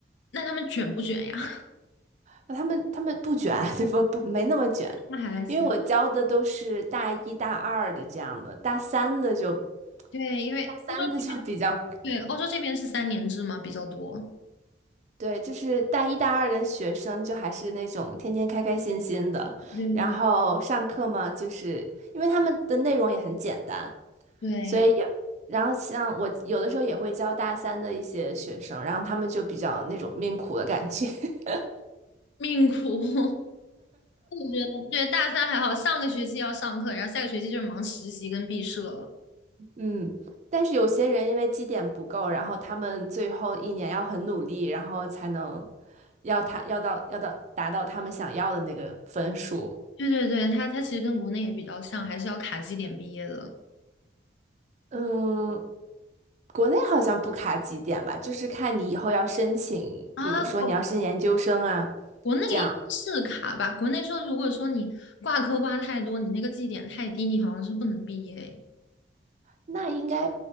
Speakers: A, on the left (about 70°); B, on the right (about 40°).
A: 那他们卷不卷呀？
B: 那他们他们不卷，<laughs> 就不不没那么卷，
A: <laughs> 那还行。
B: 因为我教的都是大一大二的这样的，大三的就
A: 对，因为欧洲这
B: 大三的就 <laughs> 比较
A: 边，对，欧洲这边是三年制嘛，比较多。
B: 对，就是大一大二的学生就还是那种天天开开心心的，
A: 对对
B: 然后上课嘛，就是因为他们的内容也很简单，
A: 对，
B: 所以也然后像我有的时候也会教大三的一些学生，然后他们就比较那种命苦的感觉。<laughs>
A: 命苦。<laughs> 我觉得对大三还好，上个学期要上课，然后下个学期就是忙实习跟毕设了。
B: 嗯，但是有些人因为绩点不够，然后他们最后一年要很努力，然后才能要他要到要到达到他们想要的那个分数。
A: 对对对，它它其实跟国内也比较像，还是要卡绩点毕业的
B: 嗯，国内好像不卡绩点吧，就是看你以后要申请，
A: 啊。
B: 比如说你要申请研究生啊，
A: 国国内应该是卡吧？
B: 这样，
A: 国内说，如果说你挂科挂太多，你那个绩点太低，你好像是不能毕业诶。
B: 那应该，